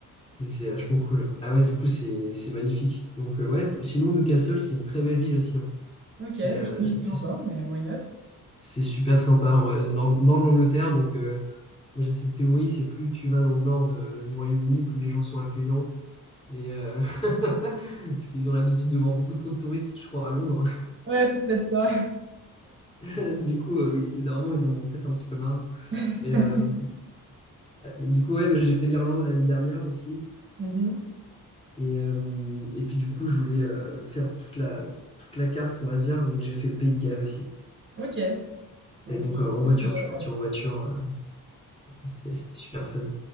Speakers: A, on the left; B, on the right.
A: c'est vachement cool. Ah ouais, du coup, c'est c'est magnifique. Donc, euh, ouais, plus- sinon, Newcastle, c'est une très belle ville aussi. hein.
B: OK,
A: C'est
B: j'ai
A: euh,
B: jamais été
A: c'est
B: encore, mais why not?
A: c'est- c'est super sympa, en vrai. Nord, nord de l'Angleterre, donc euh, moi j'ai cette théorie, c'est plus tu vas dans le nord de- du Royaume-Uni, plus les gens sont accueillants, Et euh, <laughs> parce qu'ils ont l'habitude de voir beaucoup trop de touristes, je crois, à Londres.
B: Ouais, c'est peut-être ça.
A: <laughs> Du coup, euh, ils- normalement, ils en ont peut-être un petit peu marre.
B: <laughs>
A: Et euh, du coup, ouais, moi, j'ai fait l'Irlande l'année dernière aussi.
B: Mhm.
A: Et, euh, et puis, du coup, je voulais euh, faire toute la, toute la carte, on va dire. Donc, j'ai fait le Pays de Galles aussi.
B: OK. Donc
A: Et donc, euh,
B: euh,
A: en voiture,
B: plus, euh,
A: je suis parti en voiture. euh, c'était, c'était super fun.